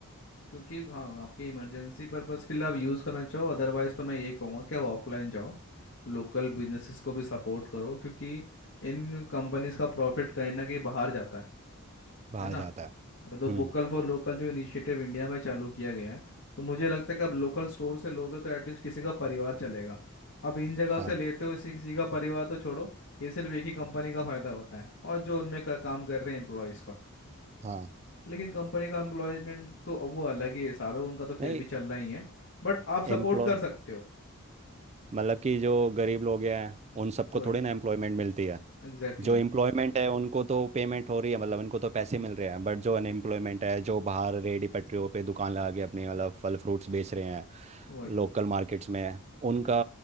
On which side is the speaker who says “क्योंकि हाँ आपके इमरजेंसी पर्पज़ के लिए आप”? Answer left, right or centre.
Left